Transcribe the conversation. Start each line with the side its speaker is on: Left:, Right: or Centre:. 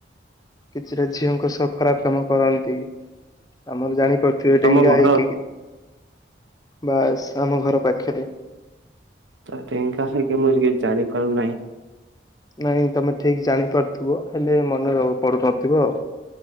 Left: କିଛିଟା ଝିଅଙ୍କ ସହ ଖରାପ କାମ କରନ୍ତି, ଆମର ଜାଣିପାରୁଥିବେ
Right: ତମ
Left: ଡେଙ୍ଗା
Right: ଘର
Left: ହେଇ ବାସ୍ ଆମ ଘର ପାଖରେ।
Right: ତ ଟଙ୍କ ସେ କି ମୁଁ କିଛି ଜାଣିପାରୁହିଁ।
Left: ନାଇଁ ତମେ ଠିକ ଜାଣିପାରୁଥିବ ହେଲେ ମନେ ର ପଡୁନଥିବ ଆଉ।